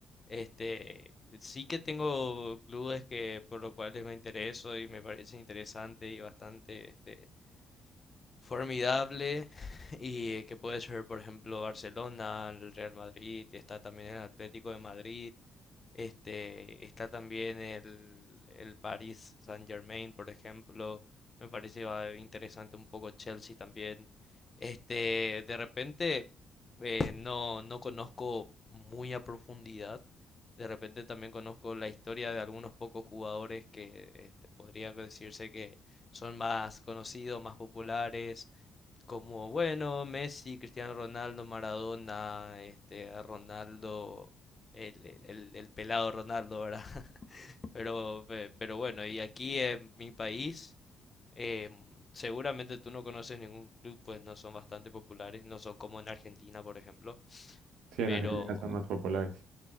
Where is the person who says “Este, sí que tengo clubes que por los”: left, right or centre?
Left